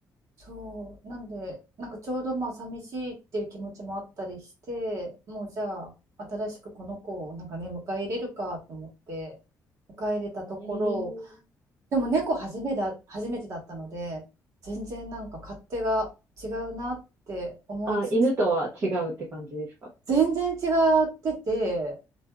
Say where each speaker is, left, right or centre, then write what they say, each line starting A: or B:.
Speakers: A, on the right; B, on the right.
A: そう、なんで、なんかちょうどまあ寂しいっていう気持ちもあったりして、もうじゃあ、新しくこの子をなんかね、迎え入れるかと思って、迎え入れたところ、
B: ええ
A: でも猫初めだ、初めてだったので、全然なんか勝手が違うなって思いつつ、
B: あ、犬とは違うって感じですか。
A: 全然違ってて、